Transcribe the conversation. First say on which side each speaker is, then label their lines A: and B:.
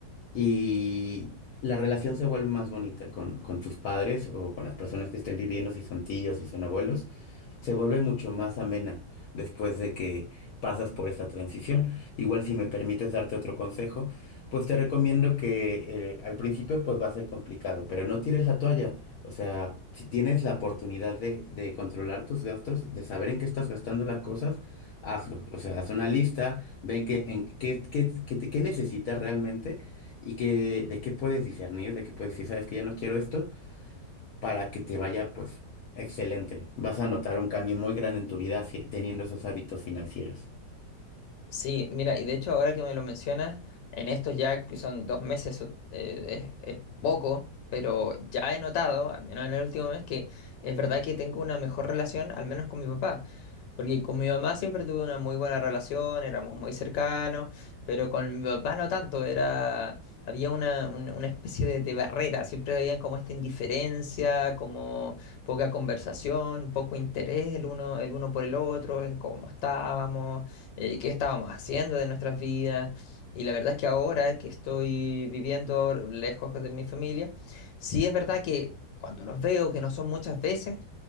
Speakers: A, on the left; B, on the left.
A: y la relación se vuelve más bonita con, con tus padres o con las personas que estén viviendo, si son tíos, si son abuelos se vuelve mucho más amena después de que pasas por esa transición. Igual si me permites darte otro consejo, pues te recomiendo que eh, al principio pues va a ser complicado, pero no tires la toalla. O sea, si tienes la oportunidad de, de controlar tus gastos, de saber en qué estás gastando las cosas, hazlo. O sea, haz una lista, ve qué, en, qué, qué, qué, te- qué necesitas realmente y que, de qué puedes discernir, de qué puedes decir, sabes que ya no quiero esto para que te vaya, pues, excelente. Vas a notar un cambio muy grande en tu vida fi- teniendo esos hábitos financieros.
B: Sí, mira, y de hecho ahora que me lo mencionas, en estos ya que son dos meses, o- eh, es, es poco, pero
A: Ujú.
B: ya he notado, al menos en el último mes, que es verdad que tengo una mejor relación, al menos con mi papá. Porque con mi mamá siempre tuve una muy buena relación, éramos muy cercanos, pero con mi papá no tanto, era, había una, un- una especie de, de barrera, siempre había como esta indiferencia, como poca conversación, poco interés el uno, el uno por el otro, en cómo estábamos, eh, qué estábamos haciendo de nuestras vidas. Y la verdad es que ahora que estoy viviendo lejos de mi familia, sí es verdad que cuando los veo, que no son muchas veces,